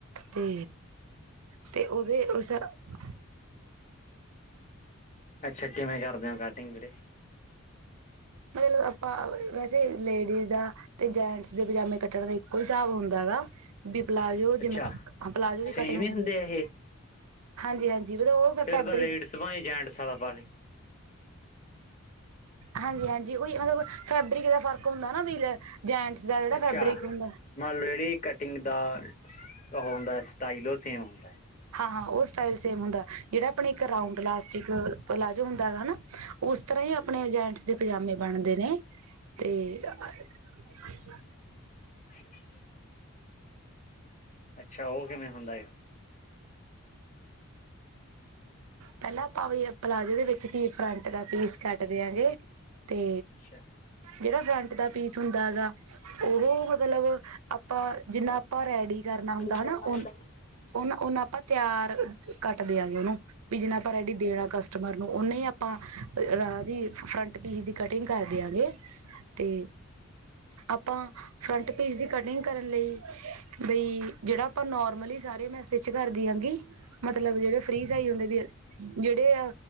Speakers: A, on the right; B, on the left.
A: ਤੇ ਤੇ ਉਹਦੇ ਉਸ ਪੋਚ
B: ਅੱਛਾ ਕਿਵੇਂ ਕਰਦੇ ਓ ਕਟਿੰਗ ਵੀਰੇ
A: ਮਤਲਬ ਆਪਾਂ ਵੈਸੇ ਲੇਡੀਜ਼ ਆ ਤੇ ਜੈਂਟਸ ਦੇ ਪਜਾਮੇ ਕੱਟਣ ਦਾ ਇੱਕੋ ਈ ਸਾਬ ਹੁੰਦਾ ਏ ਗਾ। ਵੀ ਪਲਾਜ਼ੋ
B: ਅੱਛਾ
A: ਜਿਵੇਂ ਪਲਾਜ਼ੋ ਦੀ ਕਟਿੰਗ
B: ਸੇਮ ਹੀ
A: ਹੁੰਦੀ
B: ਹੁੰਦੇ ਆ ਇਹ
A: ਹਾਂਜੀ ਹਾਜੀ ਵੀਰੋ ਉ ਫੇਰ ਫੈਬਰਿਕ
B: ਤਾਂ ਲੇਡੀਜ਼ ਭਾਵੇਂ ਜੈਂਟਸ ਵਾਲਾ ਪਾ ਲੇ
A: ਹਾਂਜੀ ਹਾਂਜੀ ਕੋਈ ਮਤਲਬ ਫੈਬਰਿਕ ਦਾ ਫ਼ਰਕ ਹੁੰਦੇ ਨਾ ਵੀਰੇ ਜੈਂਟਸ ਦਾ ਜਿਹੜਾ
B: ਅੱਛਾ
A: ਫੈਬਰਿਕ ਹੁੰਦਾ।
B: ਮੰਨ ਲਓ ਜਿਹੜੀ ਕਟਿੰਗ ਦਾ ਉਹ ਹੁੰਦਾ ਸਟਾਈਲ ਉਹ ਸੇਮ ਹੁੰਦਾ।
A: ਹਾਂ ਹਾਂ ਓ ਸਟਾਈਲ ਸੇਮ ਹੁੰਦਾ ਜਿਹੜਾ ਆਪਣੇ ਇੱਕ ਰਾਡ ਇਲਾਸਟਿਕ ਪਲਾਜੋ ਹੁੰਦਾ ਗਾ ਹੈਨਾ ਉਸ ਤਰ੍ਹਾਂ ਈ ਆਪਣੇ ਜੈਂਟਸ ਦੇ ਪਜਾਮੇ ਬਣਦੇ ਨੇ ਤੇ ਅਹ ਹ
B: ਇਨੇ ਕੀ ਅੱਛਾ ਉਹ ਕਿਵੇਂ ਹੁੰਦੇ ਗਾ।
A: ਪਹਿਲਾਂ ਆਪਾਂ ਵੀ ਪਲਾਜ਼ੋ ਦੇ ਵਿੱਚ ਹੀ ਫਰੰਟ ਦਾ ਪੀਸ ਕੱਟ ਦੇਿਆਂਗੇ। ਤੇ
B: ਅੱਛਾ
A: ਜਿਹੜਾ ਫਰੰਟ ਦਾ ਪੀਸ ਹੁੰਦਾ ਏ ਗਾ ਉਹ ਮਤਲਬ ਆਪਾਂ ਜਿੰਨਾ ਆਪਾਂ ਰੈਡੀ ਕਰਨਾ ਹੁੰਦੇ ਹੈਨਾ
B: ਕਰਨਾ
A: ਉਹ
B: ਹੁੰਦਾ।
A: ਉਨਾ ਓਨਾ ਆਪਾਂ ਤਿਆਰ ਕੱਟ ਦਿਆਂ ਗੇ ਉਹਨੂੰ ਵੀ ਜਿਨਾ ਆਪਾਂ ਰਡੀ ਦੇਣਾ ਕਸ ਕਸਟਮਰ ਨੂੰ ਉਹਨੇ ਹੀ ਆਪਾਂ ਰਾਹ ਦੀ ਫਰੰਟ ਪੀਸ ਦੀ ਕਟਿੰਗ ਕਰਦੇਿਆਂ ਗ ਤੇ ਆਪਾਂ ਫਰੰਟ ਪੀਸ ਦੀ ਕਟਿੰਗ ਕਰਨ ਲਈ ਬਈ ਜਿਹੜਾ ਆਪਾਂ ਨੋਰਮਲੀ ਸਾਰੇ ਮੈਂ ਸਟਿਚ ਕਰਦੀ ਆਂਗੀ ਮਤਲਬ ਜਿਹੜੇ ਫਰੀ ਸਾਈਜ਼ ਹੁੰਦੇ ਵੀ ਜਿਹੜੇ